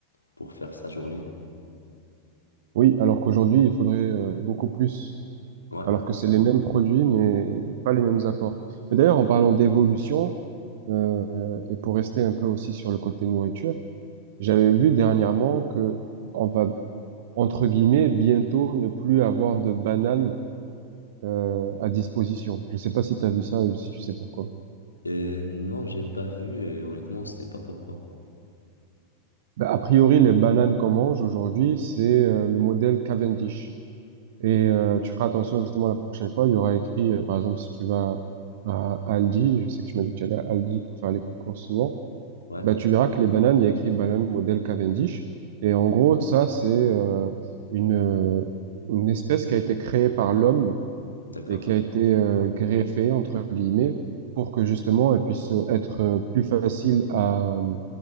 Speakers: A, on the left; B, on the right.
A: pour faire sa journée.
B: Oui, alors qu'aujourd'hui, il faudrait euh, beaucoup plus,
A: Ouais.
B: alors que c'est les mêmes produits, mais pas les mêmes apports. Mais d'ailleurs, en parlant d'évolution, euh, et pour rester un peu aussi sur le côté nourriture, j'avais vu dernièrement que on va entre guillemets, bientôt ne plus avoir de bananes euh, à disposition. Je sais pas si tu as vu ça et si tu sais pourquoi.
A: Euh, non, j'ai pas vu et honnêtement, je sais pas pourquoi.
B: Ben, a priori, les bananes qu'on mange aujourd'hui, c'est euh, le modèle Cavendish. Et euh, tu feras attention justement la prochaine fois, il y aura écrit, euh, par exemple, si tu vas à Aldi, je sais que tu m'as dit que tu allais à Aldi pour faire les courses souvent,
A: Ouais,
B: Bah, tu verras que les bananes, il y a écrit banane modèle Cavendish. Et en gros, ça, c'est euh, une, euh, une espèce qui a été créée par l'homme
A: d'accord.
B: et qui a été euh, greffé, entre guillemets, pour que justement elle puisse euh, être euh, plus facile à euh,